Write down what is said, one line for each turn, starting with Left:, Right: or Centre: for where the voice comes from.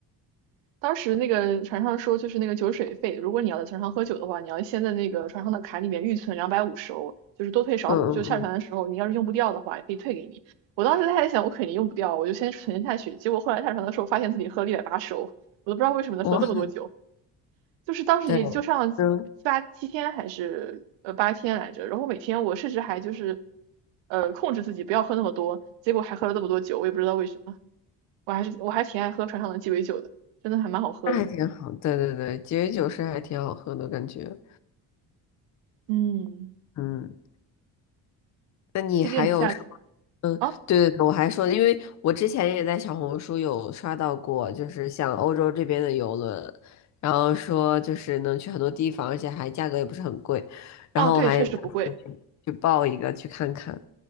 Right: 当时那个船上说，就是那个酒水费，如果你要在船上喝酒的话，你要先在那个船上的卡里面预存两百五十欧，就是多退少补，
Left: 嗯嗯嗯，
Right: 就下船的时候你要是用不掉的话，也可以退给你。我当时还想，我肯定用不掉，我就先存下去。结果后来下船的时候，发现自己喝了一百八十欧，我都不知道为什么能喝这么多酒。
Left: 我还
Right: 就是当时也就上了七八七天还是呃八天来着，
Left: 对，嗯，
Right: 然后每天我甚至还就是呃控制自己不要喝那么多，结果还喝了那么多酒，我也不知道为什么，我还是我还挺爱喝船上的鸡尾酒的，真的还蛮好喝的，
Left: 那还挺好，对对对，节约酒是还挺好喝的感觉，
Right: 嗯，
Left: 嗯。那你还有什么？
Right: 推荐你下次
Left: 嗯，
Right: 啊
Left: 对对对，我还说，因为我之前也在小红书有刷到过，就是像欧洲这边的游轮，然后说就是能去很多地方，而且还价格也不是很贵，然后我还打算去去报一个去看看。
Right: 哦对，确实不贵。